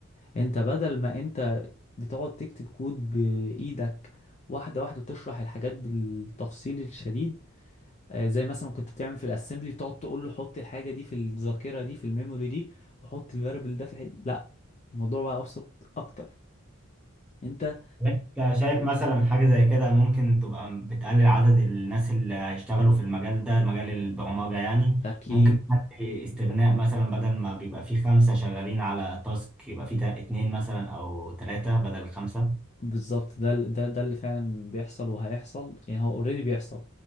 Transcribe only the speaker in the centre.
انت شايف مثلا حاجة زي كده ممكن تبقى بتقلل عدد الناس اللي هيشتغلوا في المجال ده مجال البرمجة يعني
ممكن تخلي استغناء مثلا بدل ما بيبقى فيه خمسة شغالين على تاسك يبقى فيه تا- اتنين مثلا أو تلاتة بدل خمسة